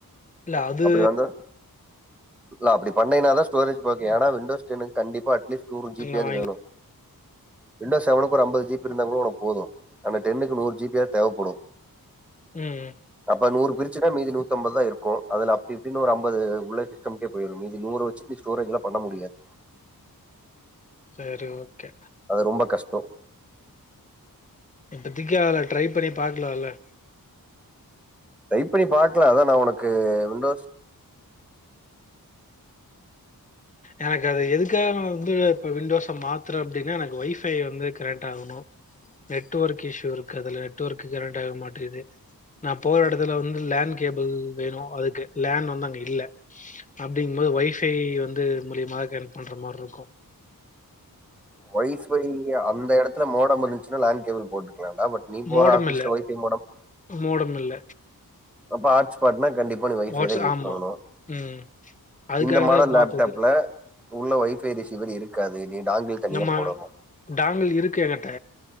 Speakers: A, on the left (about 20°); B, in the centre.
A: இல்ல அது
B: அப்டி வந்து இல்ல அப்டி பண்ணிங்னாதா ஸ்டோரேஜ் உங்களுக் எடோ விண்டோஸ் டென்னுக்கு கண்டிப்பா அட்லீஸ்ட் டூ ஜிபியாவது
A: நா வாங்கி
B: வேணூ விண்டோ செவனுக்கு ஒரு அம்பது ஜி பி இருந்தா கூட ஒனக்கு போதூ ஆனா டென்னுக்கு நூறு ஜி பி யாவது தேவப்படூ
A: ம்
B: அப்ப நூறு பிரிச் சின்னா மீதி நூத்தம்பத் தா இருக்கூ அதுல அப்டி இப்டினு ஒரு அம்பது உள்ள சிஸ்டம்கே போயிரூ சட்னூ ஸ்டோரோஜ்லா பண்ண முடியது
A: சரி ஓகே
B: அது ரொம்ப கஷ்டோ
A: இப்பதக்கி அதில ட்ரை பண்ணி பாக்கல ‌அதல
B: டிரைப் பண்ணி பாக்கலா அதா நா ஒனக்கு விண்டோஸ்
A: எனக்கு அத எதுக்காக வந்து நா வந்து இப்ப விண்டோஸ மாத்துறே அப்டின்னா எனக்கு வைஃபை வந்து கனெக்ட் ஆகணோ நெட்ஒர்க் இஷ்யூ இருக்கு அதுல நெட்ஒர்க்கு கனெக்ட் ஆக மாட்டோது நா போற எடத்துல வந்து லேண்ட் கேபிள் வேணும் அதுக்கு லேண் வந்து அங்க இல்ல அப்டிங்கும்போது வைஃபை வந் து மூலியமா ஹெல்ப் பண்ற மாரி இருக்கோ
B: ஒய்ஃபை அந்த எடத்துல மோடம் இருந்துச்சுனா லேண்ட் கேபிள் போட்டுக்கலா பட் நீ போற
A: மோடம்
B: ஆபீஸ்ல
A: இல்ல
B: ஒய்ஃபை மோடம்
A: மோடம் இல்ல
B: அப்ப ஹாட் ஸ்பாட்னா கண்டிப்பா நீ ஒய்ஃபை
A: வாட்ஸ்
B: தா யூஸ்
A: ஆமா.
B: பண்ணனோ
A: ம். அதுக்காக
B: இந்த மாடல்
A: தான்
B: லேப்டாப்ல
A: மாத்துது.
B: உள்ள ஒய்ஃபை ரிசீவர் இருக்காது நீ டாங்கில் தனியா
A: நம்ம
B: போடணோ
A: டாங்கல் இருக்கு எங்கிட்ட